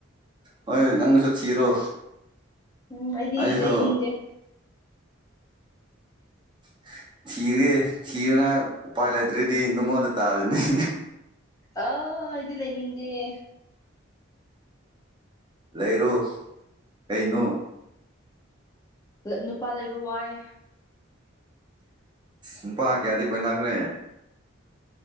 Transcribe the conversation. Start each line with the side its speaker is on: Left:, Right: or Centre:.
Right: ꯍꯣꯏ ꯅꯪꯁꯨ ꯊꯤꯔꯣ
Left: ꯎꯝ ꯑꯩꯗꯤ
Right: ꯑꯩꯁꯨ
Left: ꯏꯅꯤꯡꯗꯦ
Right: <inaudible> ꯊꯤꯔꯒꯦ ꯊꯤꯔꯅ ꯎꯄꯥꯏ ꯂꯩꯇ꯭ꯔꯥꯗꯤ ꯅꯉꯣꯟꯗ ꯇꯥꯔ‌ꯦꯅ‌ꯦ꯫
Left: ꯑꯥ ꯑꯩꯗꯤ ꯂꯩꯅꯤꯡꯗ‌ꯦ꯫
Right: ꯂꯩꯔꯣ ꯀꯩꯅꯣ
Left: ꯅꯨꯄꯥ ꯂꯩꯕ ꯋꯥꯏ
Right: ꯅꯨꯄꯥ ꯀꯌꯥꯗꯤ ꯀꯣꯏꯅꯈ꯭ꯔꯦ